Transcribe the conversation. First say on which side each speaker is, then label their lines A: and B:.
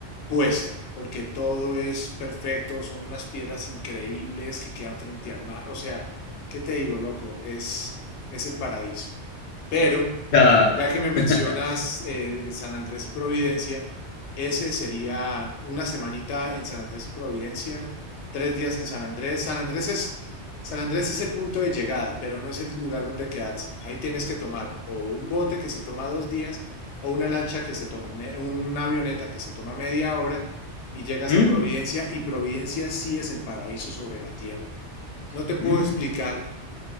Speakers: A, on the left; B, on the left.
A: puesta, porque todo es perfecto, son unas piedras increíbles que quedan frente al mar, o sea, ¿qué te digo, loco? Es, es el paraíso. Pero
B: Claro.
A: ya que me mencionas
B: <laughs>
A: eh, San Andrés y Providencia, ese sería una semanita en San Andrés y Providencia, tres días en San Andrés. San Andrés es, San Andrés es el punto de llegada, pero no es el lugar donde quedarse. Ahí tienes que tomar o un bote que se toma dos días, o una lancha que se toma, me- una avioneta que se toma media hora y llegas
B: Mm,
A: a Providencia y Providencia sí es el paraíso sobre la tierra. No te puedo
B: mm,
A: explicar